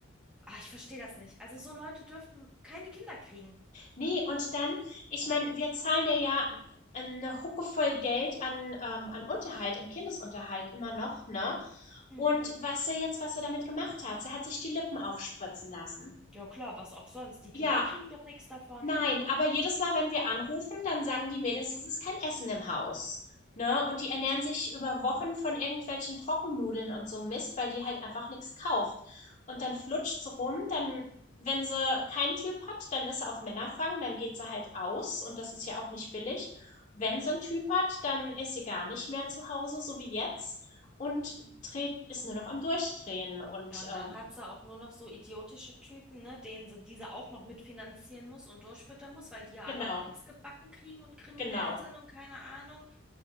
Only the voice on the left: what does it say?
Nee, und dann, ich meine, wir zahlen dir ja eine Hucke voll Geld an, ähm, an Unterhalt, an Kindesunterhalt immer noch, ne?
Und weißt du jetzt, was sie damit gemacht hat? Sie hat sich die Lippen aufspritzen lassen.
Ja,
Nein, aber jedes Mal, wenn wir anrufen, dann sagen die Mädels, es ist kein Essen im Haus, ne? Und die ernähren sich über Wochen von irgendwelchen Trockennudeln und so Mist, weil die halt einfach nichts kauft. Und dann flutscht sie rum, dann, wenn sie keinen Typ hat, dann ist sie auf Männerfang, dann geht sie halt aus und das ist ja auch nicht billig. Wenn sie einen Typ hat, dann ist sie gar nicht mehr zu Hause, so wie jetzt, und dreht, ist nur noch am Durchdrehen und
ähm,
genau,
genau.